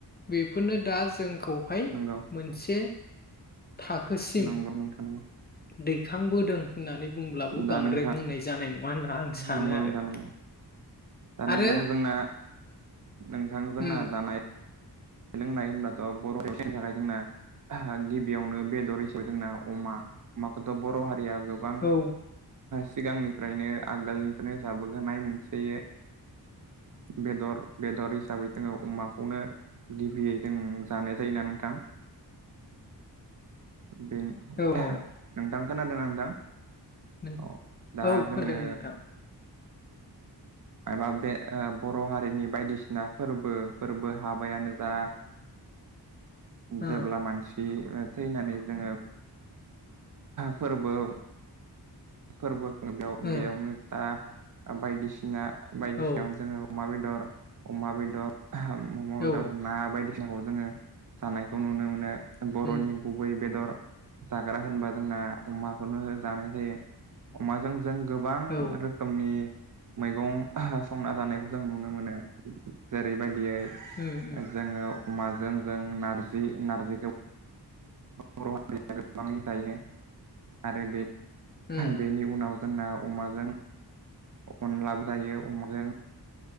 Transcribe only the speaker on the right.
नंगौ
नंगौ नोंथां।
दा
नोंथां
नंगौ नोंथां
नंगौ दा नोंथां
जोंना नोंथां जोंना
जानाय। लोंनाय होनब्लाथ बर' नि थाखाय जोंना गिबियावनो बे हिसाबै जोंना अमा अमाखौथ बर' हारिया गोबां
सिगांनिफ्रायनो आगोलनिफ्रायनो जाबोखानाय मोनसे बेदर। बेदर हिसाबै जोङो अमाखौनो। गिबियै जों जानाय जायोना नोंथां। बे नोंथां
खोनादों नोंथां।
अ दा
जोङो।
माबा बे बर' हारिनि बायदिसिना फोरबो फोरबो हाबायानो जा।
जेब्ला मानसि। थैनानै जोङो फोरबो। फोरबोखौ बेयाव
बेयावनो जा बायदिसिना बायदिसिनायाव
जोङो अमा अमा बेदर अमा बेदर
ना बायदिसिना खौ जोङो जानायखौ नुनो मोनो बर'नि
गुबै बेदर जाग्रा होनबा जोंना अमाखौनो जानाय जायो अमाजों जों गोबां
रोखोमनि मैगं संना जानायखौ जों नुनो मोनो जेरैबायदि यै
जोङो अमाजों जों नारजि नारजिखौ बर' हारिया गोबाङै जायो आरो
बेनि उनाव जोंना अमाजों अनलाबो जायो अमाजों